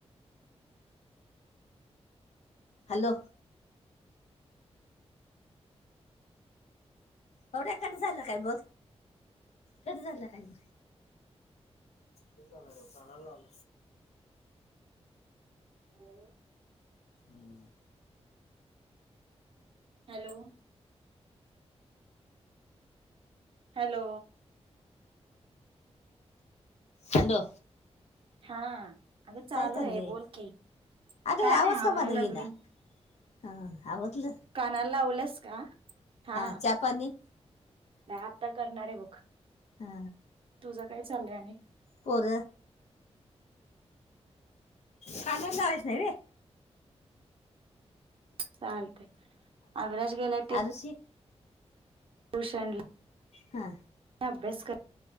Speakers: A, on the left (about 75°); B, on the right (about 55°).
A: हॅलो हो त्या काधी झायला का ब कध झाला का ब तू जाणार काना लावल
B: हो
A: हम्म
B: हॅलो हॅलो
A: हॅलो
B: हा अगं चालू
A: काय चाललंय
B: आहे बोलकीी
A: अगं
B: काय
A: आवाज
B: नाही
A: का
B: आवराय
A: मला
B: लागले
A: येईना हा आवतल
B: कानाल लावलंस का हा
A: चहा पाणी
B: नाही आता करणार आहे बघ
A: हा
B: तुझं काय चाललंय आणि
A: पुर कानंद विष्णवे
B: चालते अविराज गेला ते
A: दृषी
B: ट्यूशन
A: हा
B: अभ्यास कर